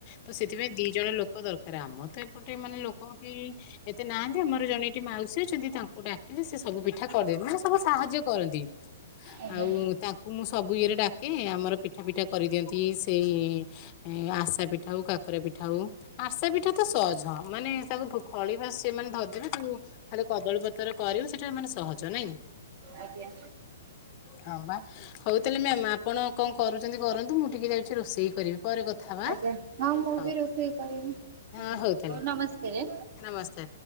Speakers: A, on the left (about 40°); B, on the right (about 55°).
A: ତ ସେଥିପାଇଁ ଦି ଜଣ ଲୋକ ଦରକାର। ରାମ ତ ଏପଟେ ମାନେ ଲୋକ ବି ଏତେ ନାହାନ୍ତି ଆମର ଜଣେ ଏଠି ମାଉସୀ ଅଛନ୍ତି ତାଙ୍କ କୁଡ଼ା ହେଲେ ସେ ସବୁ ପିଠା କରିଦିଅନ୍ତି, ମାନେ ସବୁ ସାହାଯ୍ୟ କରନ୍ତି।
B: ଆଜ୍ଞା
A: ଆଉ ତାଙ୍କୁ ମୁଁ ସବୁ ଇଏରେ ଡାକେ ଆମର ପିଠା ପିଠା କରିଦିଅନ୍ତି, ସେଇ ଆଶା ପିଠା ହଉ କା ପିଠା ହଉ ଆସା ପିଠା ତ ସହଜ। ମାନେ ତାକୁ ଖଳି ଭାସେ ମାନେ ଧ ଯୋଉ ଖାଲି କଦଳୀପତର କରିବୁ ସେଇଟା ମାନେ ସହଜ, ନାଇଁ
B: ଆଜ୍ଞା
A: ହଁ ବା ହଉଥିଲେ ମ୍ୟାମ ଆପଣ କଣ କରୁଛନ୍ତି କରନ୍ତୁ, ମୁଁ ଟିକେ ଯାଉଛି ରୋଷେଇ କରିବି। ପରେ କଥା ହବା
B: ଆଞା ହଁ ମୁଁ
A: ହଉ
B: ବି ରୋଷେଇ କରିବି
A: ହଁ
B: ହଉ
A: ତାହେଲେ
B: ନମସ୍କାର।
A: ନମସ୍କାର।